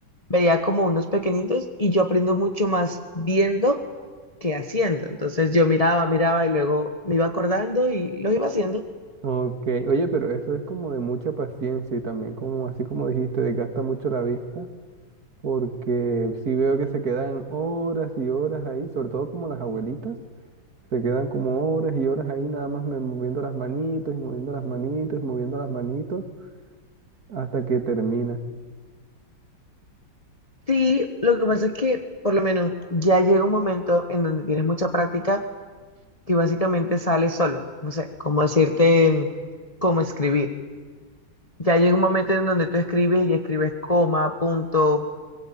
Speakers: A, on the left; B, on the right.
A: veía como unos pequeñitos y yo aprendo mucho más viendo que haciendo. Entonces yo miraba, miraba y luego me iba acordando y los iba haciendo.
B: Ok, oye, pero eso es como de mucha paciencia y también como así como dijiste, desgasta mucho la vista. porque si veo que se quedan horas y horas ahí, sobre todo como las abuelitas, se quedan como horas y horas ahí nada más me- moviendo las manitos y moviendo las manitos, moviendo las manitos hasta que termina.
A: Sí, lo que pasa es que por lo menos ya llega un momento en donde tienes mucha práctica que básicamente sale solo. No sé, cómo decirte mm, cómo escribir. Ya llega un momento en donde tú escribes y escribes coma, punto,